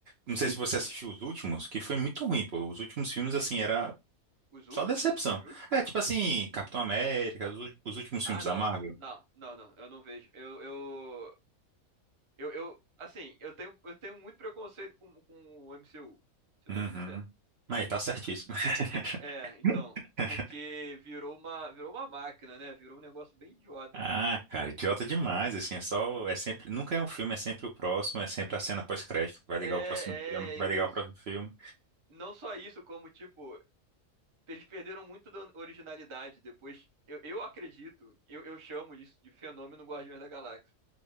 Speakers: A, on the right; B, on the right.
A: Não sei se você assistiu os últimos, que foi muito ruim, pô. Os últimos filmes, assim, era
B: Os últimos?
A: só decepção.
B: Teve últimos?
A: É, tipo assim, Capitão América, os, ú- os últimos filmes
B: Ah,
A: da
B: não.
A: Marvel.
B: Não, não, não. Eu não vejo. Eu, eu, eu, eu assim, eu tenho, eu tenho muito preconceito com, com o MCU, pra
A: Uhum.
B: ser bem sincero.
A: Aí, tá certíssimo.
B: Por- é,
A: <laughs>
B: então, porque virou uma, virou uma máquina, né? Virou um negócio bem idiota
A: Ah,
B: pra mim.
A: cara, idiota demais, assim, é só, é sempre, nunca é um filme, é sempre o próximo, é sempre a cena pós-crédito, que vai ligar
B: É,
A: o próximo filme, que
B: é isso.
A: vai ligar o próximo filme.
B: Não só isso, como, tipo, eles perderam muito da originalidade depois. Eu, eu acredito, eu, eu chamo disso de fenômeno Guardiões da Galáxia.